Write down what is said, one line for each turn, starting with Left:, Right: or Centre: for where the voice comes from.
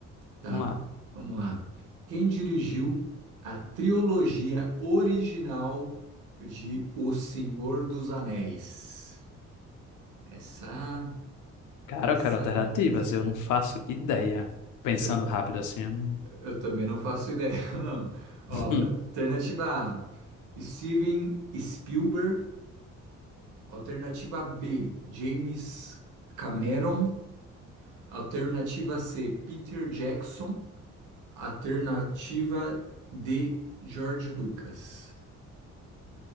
Right: Tá,
Left: vamos lá.
Right: vamos lá. Quem dirigiu a trilogia original de O Senhor dos Anéis? Essa
Left: Cara,
Right: tem que
Left: eu quero
Right: saber
Left: alternativas,
Right: mesmo.
Left: eu não faço ideia. Pensando
Right: Eu,
Left: rápido assim. eu não-
Right: eu também não faço ideia, <laughs> não.
Left: <clears throat>
Right: Ó,
Left: Hum.
Right: alternativa A, Steven Spielberg. Alternativa B, James Cameron. Alternativa C, Peter Jackson. Alternativa D, George Lucas.